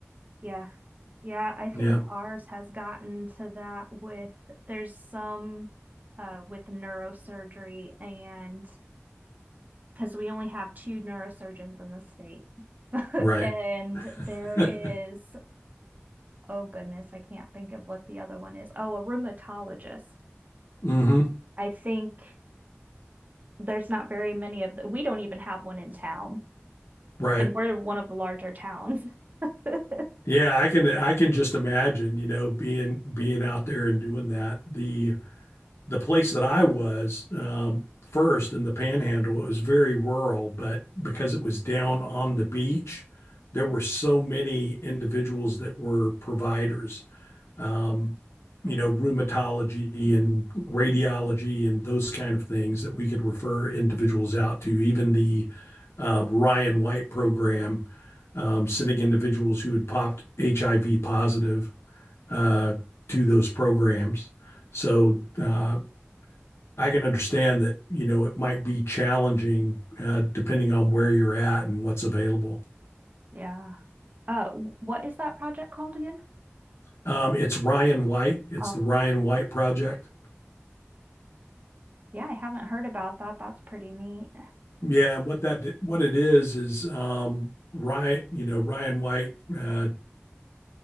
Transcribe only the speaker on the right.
Yeah. Yeah, I think
ours has gotten to that with there's some uh with neurosurgery and because we only have two neurosurgeons in the state. <laughs>
And there
is, oh goodness, I can't think of what the other one is. Oh, a rheumatologist.
I think there's not very many of the, we don't even have one in town.
and we're one of the larger towns. <laughs>
Mhm.
Yeah. Uh, w- what is that project called again?
Oh,
yeah, I haven't heard about that. That's pretty neat.